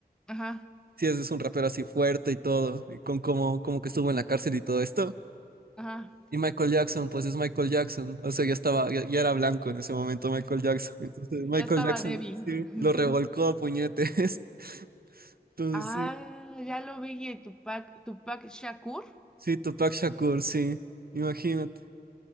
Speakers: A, in the centre; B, on the right.
A: Ajá,
B: Sí, es es un rapero así fuerte y todo, y con cómo, cómo que estuvo en la cárcel y todo esto.
A: ajá.
B: Y Michael Jackson, pues es Michael Jackson, o sea, ya estaba, ya, ya era blanco en ese momento Michael Jackson. <laughs> Entonces, Michael
A: Ya estaba
B: Jackson,
A: Debbie.
B: sí,
A: <laughs>
B: lo revolcó a puñetes. <laughs> Entonces,
A: Ah,
B: sí,
A: ya lo vi, eh, Tupac, Tupac Shakur.
B: sí, Tupac Shakur, sí, imagínate.